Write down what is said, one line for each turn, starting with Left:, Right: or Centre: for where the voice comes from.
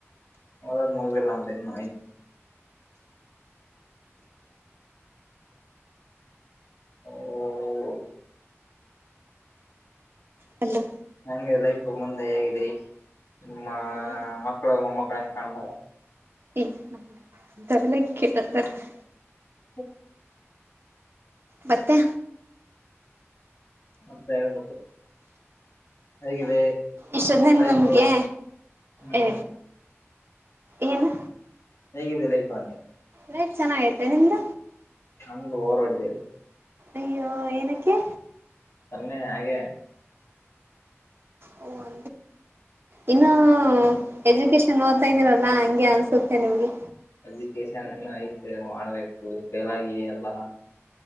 Left: ಹಾಯ್ದ ಮುಗದಿಲ್ಲ ಎನ್ನ ನಮ್ಮದಿನು ಹ್ಮ
Right: ಹಲೋ
Left: ಹೆಂಗೆ ಲೈಫ್ ಮುಂದೆ ಹೇಗಿದೆ ನಿಮ್ಮ
Right: ಲೈಫ್
Left: ಮಕ್ಕಳು ಮೊಮ್ಮಕ್ಕಳು ಹೆಂಗ್ ಕಾಣಬಾರ
Right: ಇಗ ಅವೆಲ್ಲ ಕೇಳಬಾರದು
Left: ಹ್ಮ
Right: ಬತ್ತೆ
Left: ಮತ್ತೆ ಹೇಳ ಮತ್ತೆ ಹೇಗಿದೆ
Right: ಇಷ್ಟೊದ್ನ
Left: ಲೈಫು
Right: ನಮ್ಗೆ
Left: ಹ್ಮ್
Right: ಏ ಏನು
Left: ಹೇಗಿದೆ ಲೈಫ ಅಂದೆ
Right: ಲೈಫ್ ಚೆನ್ನಾಗೈತೆ ನಿಮ್ದ
Left: ನಮಗೆ ಓರವಹೊಡಿದು
Right: ಅಯ್ಯೋ ಏನಕ್ಕೆ
Left: ಸುಮ್ನೇ ಹಾಗೆ
Right: ಅ ಇನ್ನು ಎಜುಕೇಶನ್ ಓದತಾ ಇದ್ದೀರ ಎಲ್ಲಾ ಹಂಗೆ ಅನ್ಸುತ್ತೆ ನಿಮ್ಗೆ
Left: ಎಜುಕೇಶನ್ ಐತೆ ಮಾಡ್ಬೇಕು ಫೈಲಾಗಿ ಎಲ್ಲಾ